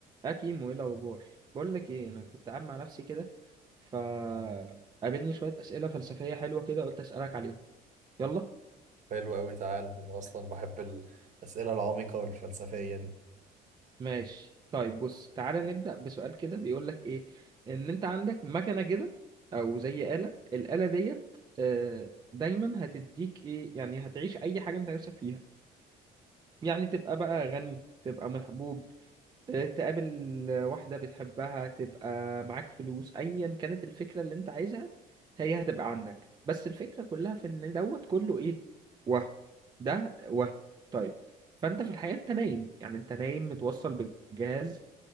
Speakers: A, on the right; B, on the right.
A: اه كيمو ايه الاخبار بقول لك ايه انا كنت قاعد مع نفسي كده ف قابلني شويه اسئله فلسفيه حلوه كده قلت اسالك عليهم يلا
B: حلو قوي تعال انا اصلا بحب الاسئله العميقه والفلسفيه دي
A: ماشي طيب بص تعالى نبدا بسؤال كده بيقول لك ايه ان انت عندك مكنه كده او زي آلة الآلة ديت آه، دايما هتديك ايه يعني هتعيش اي حاجه انت نفسك فيها يعني تبقى بقى غني تبقى محبوب آه، تقابل واحدة بتحبها تبقى معاك فلوس أيا كانت الفكرة اللي أنت عايزها هي هتبقى عندك بس الفكرة كلها في إن دوت كله إيه وهم ده وهم طيب فأنت في الحقيقة أنت نايم يعني أنت نايم متوصل بالجهاز